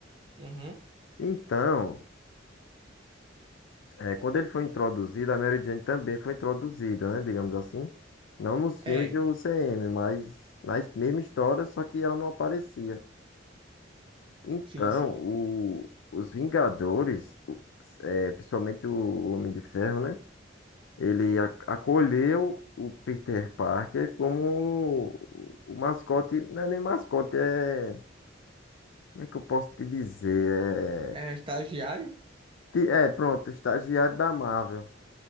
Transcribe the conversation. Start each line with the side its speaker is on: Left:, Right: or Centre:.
Right: Uhum.
Left: Então, É, quando ele foi introduzido, a Mary Jane também foi introduzida, né? Digamos assim. Não nos filmes
Right: É,
Left: do UCM, mas na mesma história, só que ela não aparecia. Então,
Right: sim, sim.
Left: o- os Vingadores, o- é, principalmente o Homem de Ferro, né? Ele a- acolheu o Peter Parker como o o mascote. Não é nem mascote, é. Como é que eu posso te dizer?
Right: É
Left: É,
Right: estagiário?
Left: ti- é pronto, estagiário da Marvel.